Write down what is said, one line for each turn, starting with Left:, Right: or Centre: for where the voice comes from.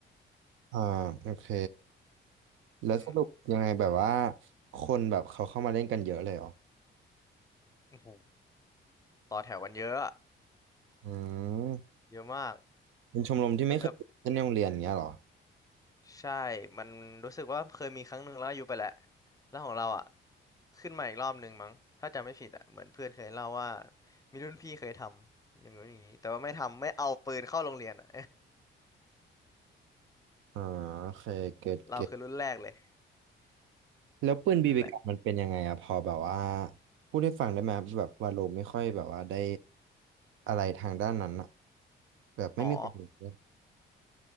Right: อ่าโอเค
Left: <laughs>
Right: แล้วสรุปยังไงแบบว่า
Left: อืม
Right: คนแบบเขาเข้ามาเล่นกันเยอะเลยเหรอ
Left: โอ้โหต่อแถวกันเยอะอะ
Right: อืม
Left: เยอะมาก
Right: เป็นชมรมที่ไม่เคยเล่นในโรงเรียนอย่างเงี้ยเหรอ
Left: แล้วแบบ ใช่ มันรู้สึกว่าเคยมีครั้งหนึ่งแล้วอายุไปแล้วแล้วของเราอ่ะ ขึ้นมาอีกรอบหนึ่งมั้ง ถ้าจำไม่ผิดอ่ะเหมือนเพื่อนเคยเล่าว่ามีรุ่นพี่เคยทำ อย่างนู้นอย่างนี้ แต่ว่าไม่ทำไม่เอาปืนเข้าโรงเรียนอ่ะ
Right: อ่าโอเคเก็ตเก็ต
Left: <laughs> เราคือรุ่นแรกเลย
Right: แล้วปืนบีบีกันมันเป็นยังไงอะพอแบบว่า
Left: นั่นแหละ
Right: พูดให้ฟังได้ไหมแบบว่าโลไม่ค่อยแบบว่าได้อะไรทางด้านนั้นอะแบบไม่มีความรู้เลย
Left: อ๋อ